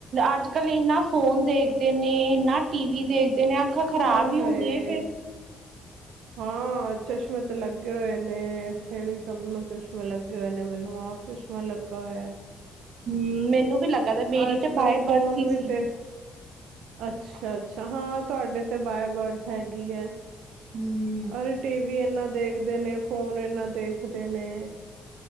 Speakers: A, on the right (about 60°); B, on the right (about 80°).
A: ਅੱਜ ਕੱਲ ਇੰਨਾ ਫੋਨ ਦੇਖਦੇ ਨੇ, ਇੰਨਾ ਟੀ ਵੀ ਦੇਖਦੇ ਨੇ ਅੱਖਾਂ ਖ਼ਰਾਬ
B: ਹਾਏ
A: ਹੀ
B: ਹਾਏ
A: ਹੁੰਦੀਆਂ ਫਿਰ
B: ਹਾਂ ਚਸ਼ਮੇ ਤੇ ਲੱਗੇ ਹੋਏ ਨੇ, ਇੱਥੇ ਵੀ ਸਭ ਨੂੰ ਚਸ਼ਮੇ ਲੱਗੇ ਹੋਏ ਨੇ, ਮੈਨੂੰ ਆਪ ਚਸ਼ਮਾ ਲੱਗਾ ਹੋਇਆ ਹੈ।
A: ਹੀ ਮੈਨੂੰ ਵੀ ਲੱਗਾ ਗਾ, ਮੇਰੀ
B: ਅੱਜ
A: ਤੇ
B: ਕੱਲ
A: ਬਾਏ
B: ਫੋਨ
A: ਬਰਥ ਹੀ
B: ਵੀ
A: ਸੀ।
B: ਤੇ ਅੱਛਾ, ਅੱਛਾ ਹਾਂ, ਤੁਹਾਡੇ ਤੇ ਬਾਏ ਬਰਥ ਹੈਗੀ ਐ।
A: ਹਮ
B: ਅਰੇ ਟੀ ਵੀ ਇਹਨਾਂ ਦਾ ਦੇਖਦੇ ਨੇ ਫੋਨ, ਏਨਾਂ ਦੇਖਦੇ ਨੇ